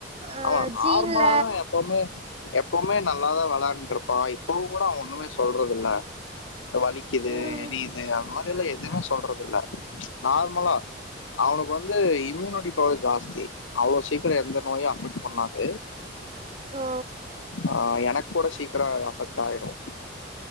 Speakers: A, on the right; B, on the left.
A: ஆ
B: அவே நார்மலாதா
A: ஜீன்ல
B: எப்போமே எப்போமே நல்லாதா வெளாண்ட்ருப்பா இப்பவுங்கூட அவே ஒன்னுமே சொல்றதில்ல இந்த வலிக்கிது
A: ம்
B: எரியிது அந்த மாதிரியெல்லா எதுவுமே சொல்றதில்ல நார்மலா அவுனுக்கு வந் ந்து இம்யூனிட்டி பவர் ஜாஸ்தி அவ்ளோ சீக்கிரோ எந்த நோயு அஃபெக்ட் பண்ணாது
A: ஓ
B: அ எனக் கூட சீக்ரோ அஃபெக்ட் ஆயிரு